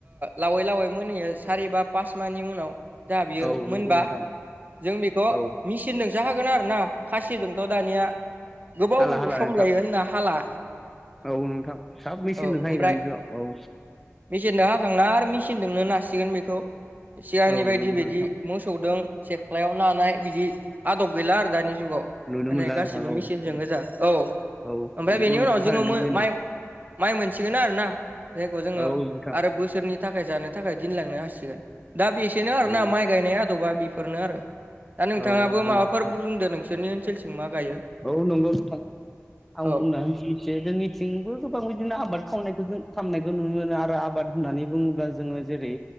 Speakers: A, on the right; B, in the centre.
A: लावै लावै मोनहैयो सारि बा पास मानि उनाव। जोंहा बियो
B: औ
A: मोनबा
B: नंगौ नोंथां
A: जों बेखौ
B: औ
A: मिसि नदोंसो हागोन आरो ना खासिजोंथ' दानिया गोबाव
B: हाला हाला
A: सम
B: नोंथां
A: लायो होनना हाला
B: औ नोंथां सोब मेसिन
A: औ
B: दों हायो
A: ओमफ्राय
B: दानि जुगाव औ
A: मेचिनजों हाखांना आरो मेसिनजोंनो नासिगोन बेखौ सिगांनि
B: औ
A: बायदि
B: नंगौ नोंथां
A: मोसौदों। सेख्लायाव नानाय बिदि आदब गैला आरो दानि जुगाव
B: नुनो
A: माने
B: मोनला
A: गासिबो
B: नोंथां औ
A: मिसि जों
B: औ
A: गोजा औ
B: औ
A: ओमफ्राय
B: नंगौ
A: बेनि उनाव
B: नोंथां
A: जोङो
B: थारैनो बेनो
A: माइ माइ मोनसिगोना आरो ना जायखौ जोङो
B: औ नोंथां
A: आरो बोसोरनि थाखाय जानो थाखाय दिनलांनो हासिगोन दा बेसेनो आरो
B: औ
A: ना माइ गायनाय आदबा बेफोरनो आरो दा नोंथाङाबो
B: औ नंगौ
A: माबाफोर
B: नोंथां
A: बुंदो नोंसोरनि ओनसोलजों मा गायो।
B: औ नंगौ नोंथां आं
A: औ
B: बुंना होनसै एसे जोंनिथिंबो गोबां बिदिनो आबाद खावनायखौ जों खालामनायखौ नुनो मोनो आरो आबाद होननानै बुङोब्ला जोङो जेरै